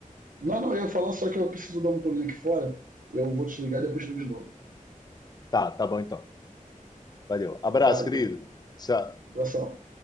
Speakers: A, on the right (about 75°); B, on the left (about 30°).
A: Não, não, eu ia falar, só que eu preciso dar um pulinho aqui fora. Eu vou te ligar e depois te ligo de novo.
B: Tá, tá bom então. Valeu. Abraço,
A: Valeu.
B: querido. Tchau.
A: Abração.